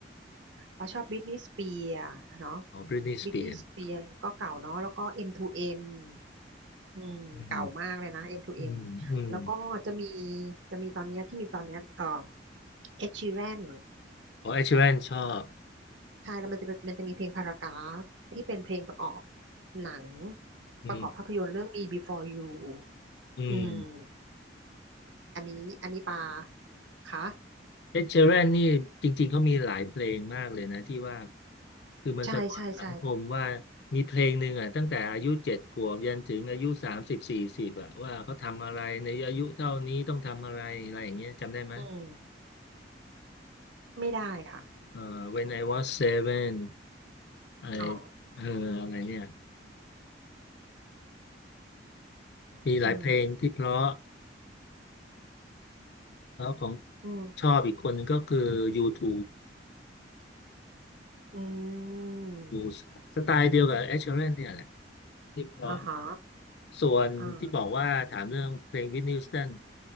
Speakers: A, on the right; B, on the left.
A: ปาชอบบริทนีย์สเปียร์เนาะ
B: อ๋อบริทนีสเปียร์
A: บริทนีย์สเปียร์ก็เก่าเนาะแล้วก็ M2M อมทูเอ็มอืมเก่ามากเลยนะ
B: อืม
A: M2M
B: อืมอืม
A: แล้วก็จะมีจะมีตอนเนี้ยที่มีตอนเนี้ยเอ่อ h i r a n
B: อ๋อเอชแวนชอบ
A: ใช่แล้วมันจะเป็นมันจะมีเพลงพารากราฟที่เป็นเพลงประกอบหนัง
B: อืม
A: ประกอบภาพยนตร์เรื่อง Me Before You
B: อืม
A: อืมอันนี้ อันนี้ปาค่ะ
B: เอ็ดเชแรนนี่จริงๆเขามีหลายเพลงมากเลยนะที่ว่าคือมันสะท้อนสังคมว่า
A: ใช่ใช่ใช่
B: มีเพลงหนึ่งอ่ะตั้งแต่อายุเจ็ดขวบยันถึงอายุสามสิบสี่สิบอ่ะว่าเขาทำอะไรในอายุเท่านี้ต้องทำอะไรอะไรอย่างเงี้ยจำได้ไหม
A: อืมไม่ได้ค่ะ
B: เอ่อ When I was seven ไอ
A: อ๋อ
B: เอออะไรเนี่ยมีหลายเพลงที่เพราะ
A: อืม
B: แล้วของ
A: อืม
B: ชอบอีกคนนึงก็คือ U2
A: อืม
B: ดูสไตล์เดียวกับแอชเชอรแลนเนี่ยแหละที่เพราะ
A: อ่าฮะ
B: ส่วนที่บอกว่าถามเรื่องเพลงวิทนีย์ฮูสตัน
A: อ่า